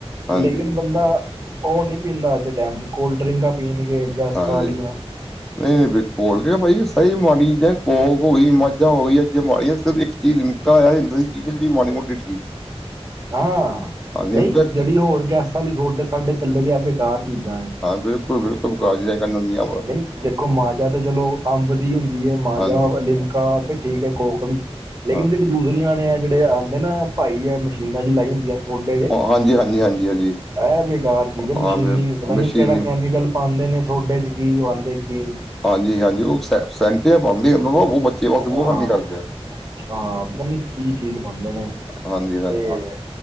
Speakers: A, in the centre; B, on the right (about 35°).
A: ਹਾਂਜੀ,
B: ਲੇਕਿਨ ਬੰਦਾ- ਓ ਨੀ ਪੀਂਦਾ ਅੱਜ ਦੇ ਟਾਈਮ 'ਚ, ਕੋਲਡ ਡਰਿੰਕਾਂ ਪੀਣਗੇ। ਗੈਸਾਂ
A: ਹਾਂਜੀ
B: ਵਾਲੀਆਂ
A: ਨਈ ਬਈ ਕੋਲਡਿੰਕਾਂ ਬਾਈ ਸਾਈਆ ਮਾੜੀਆ- ਯਾਰ ਕੋੋਕ ਹੋ ਗੀ, ਮਾਝਾਂ ਹੋ ਗੀ। ਅੱਜ ਏ ਮਾਰੀਆਂ ਸਿਰਫ ਇੱਕ ਚੀਜ਼- ਘਾ ਹਿੰਦੋਂ ਚੀਜ ਜੇੜੀ ਮਾੜੀ ਮੋਟੀ ਠੀਕ।
B: ਹਾਂ
A: ਹਾਂ ਲਿਮਕਾ
B: ਨਈ ਜੜੀ ਹੋਰ ਗੈਸਾਂ ਲਈ ਸੋਡੇ -ਸਾਡੇ ਚੱਲੇ ਦੇ ਆ ਬੇਕਾਰ ਚੀਜ਼ਾਂ ਨੇ।
A: ਹਾਂ ਬਿਲਕੁਲ ਬਿਲਕੁਲ ਬਕਾਰ <unintelligible>
B: ਨਈ ਦੇਖੋ ਮਾਜਾ ਤੇ ਚਲੋ ਅੰਬ ਦੀ ਹੁੰਦੀ ਏ, ਮਾਜਾ,
A: ਹਾਂਜੀ
B: ਲਿਮਕਾ ਤੇ ਠੀਕ ਏ ਕੋਕ ਵੀ। ਲੇਕਿਨ
A: ਹਾਂ
B: ਜੜੀ ਦੂਸਰੀਆਂ ਨੇ ਆ ਜੜੇ ਆਂਦੇ ਨਾ ਭਾਈ, ਐ ਮਸ਼ੀਨਾਂ ਜੀ ਲਾਈ ਹੁੰਦੀਆਂ। ਸੋਡੇ।
A: ਹਾਂਜੀ ਹਾਂਜੀ ਹਾਂਜੀ ਹਾਂਜੀ
B: ਐ ਬੇਕਾਰ ਚੀਜ਼ ਏ ਮਸ਼ੀਨੀ
A: ਹਾਂ
B: ਪਤਾ ਨੀ
A: ਮਸ਼ੀਨੀ
B: ਕੇੜਾ ਕੈਮੀਕਲ- ਪਾਂਦੇ ਨੇ ਸੋਡੇ 'ਚ ਕੀ, ਪਾਂਦੇ ਕੀ ਨੀ।
A: ਹਾਂਜੀ ਹਾਂਜੀ ਓ ਸੈਂਟ ਜਿਆ ਪਾਂਦੇ, ਓ ਬੱਚੇ ਵਾਸੇ
B: ਹਾਂ
A: ਬੋ ਹਾਨੀਕਾਰਕ ਆ।
B: ਹਾਂ ਪਤਾ ਨੀ ਕੀ ਚੀਜ਼ ਪਾਂਦੇ ਨੇ।
A: ਹਾਂਜੀ ਹਾਂਜੀ
B: ਤੇ-